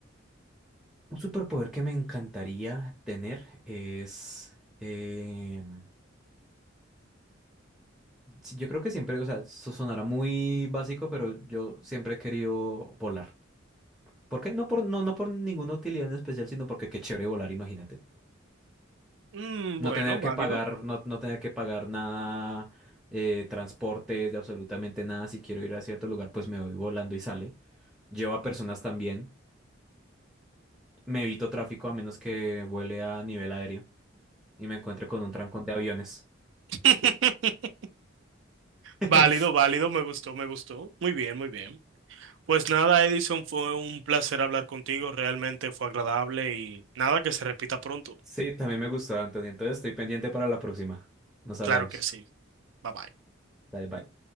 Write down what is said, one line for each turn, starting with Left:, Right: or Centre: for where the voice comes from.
Centre: Un superpoder que me encantaría tener es... em, sí, yo creo que siempre, o sea, so- sonará muy básico, pero yo siempre he querido volar. ¿Por qué? No por, no, no por ninguna utilidad en especial, sino porque qué chévere volar, imagínate.
Right: Mm,
Centre: No
Right: bueno,
Centre: tener que
Right: válido.
Centre: pagar, no, no tener que pagar nada, eh, transportes, de absolutamente nada. Si quiero ir a cierto lugar, pues me voy volando y sale. Llevo a personas también. me evito tráfico a menos que vuele a nivel aéreo y me encuentre con un trancón de aviones.
Right: <laughs>
Centre: <laughs>
Right: Válido, válido, me gustó, me gustó. Muy bien, muy bien. Pues nada, Edison, fue un placer hablar contigo, realmente fue agradable y nada que se repita pronto.
Centre: Sí, también me gustó, Anthony. Entonces estoy pendiente para la próxima. Nos hablamos.
Right: Claro que sí. Bye bye.
Centre: Dale, bye.